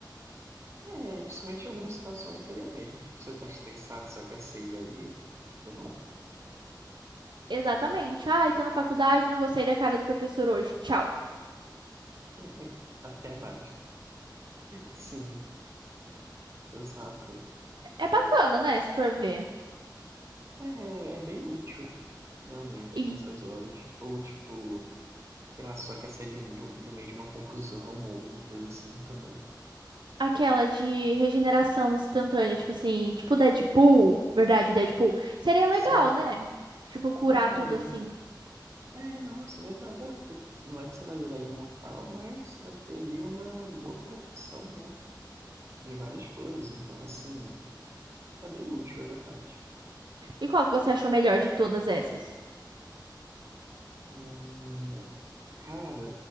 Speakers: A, on the right; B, on the right.
A: É, principalmente em algumas situações seria meio. Você tá estressado, só quer sair dali? Pronto.
B: Exatamente. Ai, tô na faculdade, não gostei da cara do professor hoje. Tchau.
A: <laughs> Até mais. Sim, exato.
B: É bacana, né? Se for ver.
A: É, é bem útil, realmente,
B: E
A: nessas horas. Ou, tipo. sei lá, só quer sair de um, de um- do meio de uma confusão ou alguma coisa assim também.
B: aquela de regeneração instantânea, tipo assim, tipo Deadpool, verdade, Deadpool. Seria legal,
A: Sim,
B: né? Tipo, curar
A: é verdade.
B: tudo assim.
A: É, nossa, é verdade. É, porque não é que você vai virar imortal, mas você vai ter ali uma boa proteção, né? De várias coisas. Então, assim, é bem útil, é verdade.
B: E qual que você achou melhor de todas essas?
A: Hum, cara,